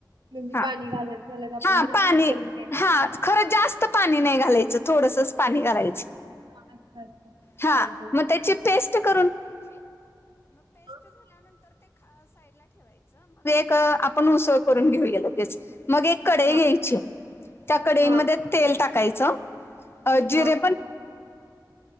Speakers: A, on the right; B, on the left.
A: म्हणजे
B: हा
A: पाणी घालत घालत आपण
B: हा
A: जरा
B: पाणी
A: पेस्ट करून घ्या
B: हा खरं जास्त पाणी नाही घालायचं थोडसच पाणी घालायच.
A: हां, अच्छा, अच्छा.
B: हा
A: चालते.
B: मग त्याची पेस्ट ठ
A: हां,
B: आपण उसळ करून घेऊया लगेच मग एक कडई
A: हां,
B: घ्यायची त्या कडईमध्ये
A: हां,
B: तेल टाकायच जिरे
A: हां,